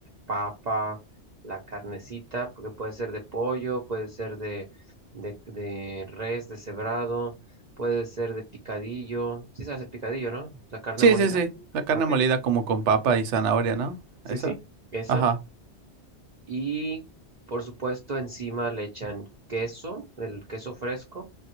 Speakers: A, on the right (about 45°); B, on the right (about 85°).
A: papa, la carnecita, porque puede ser de pollo, puede ser de, de, de res deshebrado, puede ser de picadillo, sí sabes el picadillo, ¿no? La carne
B: Sí,
A: molida.
B: sí, sí. La carne
A: Ok.
B: molida como con papa y zanahoria, ¿no?
A: Sí,
B: ¿Eso?
A: sí, esa.
B: Ajá.
A: Y por supuesto encima le echan queso, el queso fresco